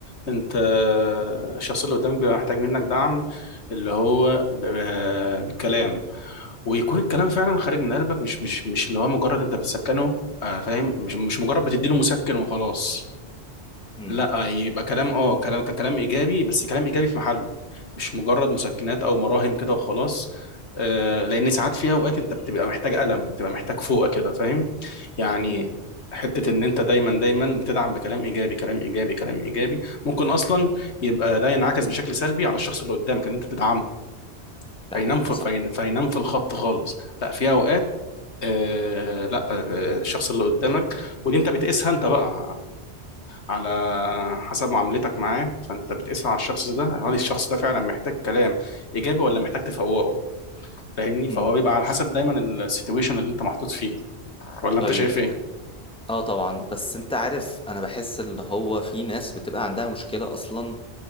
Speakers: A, on the left (about 75°); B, in the centre.
A: انت الشخص اللي قدامك بيبقى محتاج منك دعم اللي هو ب- آه، بالكلام ويكون الكلام فعلا خارج من قلبك مش مش مش اللي هو مجرد انت بتسكنه آه فاهم مش مش مجرد بتديله مسكن وخلاص
B: امم
A: لا يبقى كلام اه كلام كلام ايجابي بس كلام ايجابي في محله مش مجرد مسكنات او مراهم كده وخلاص آه لان ساعات في اوقات انت بتبقى محتاج قلم بتبقى محتاج فوقه كده فاهم يعني
B: امم
A: حتة ان انت دايما دايما بتدعم بكلام ايجابي كلام ايجابي كلام ايجابي ممكن اصلا يبقى ده ينعكس بشكل سلبي على الشخص اللي قدامك اللي انت بتدعمه فينام
B: ده حقيقي
A: في
B: صح
A: فين- فينام في الخط خالص لا في اوقات آه لا آه الشخص اللي قدامك ودي انت بتقيسها انت بقى على حسب معاملتك معاه فانت بتقيسها على الشخص ده هل الشخص ده فعلا محتاج كلام ايجابي ولا محتاج تفوقه فاهمني
B: امم
A: فهو بيبقى على حسب دايما السيتويشن اللي انت محطوط فيه ولا
B: طيب
A: انت شايف ايه
B: اه طبعا بس انت عارف انا بحس ان هو في ناس بتبقى عندها مشكلة اصلا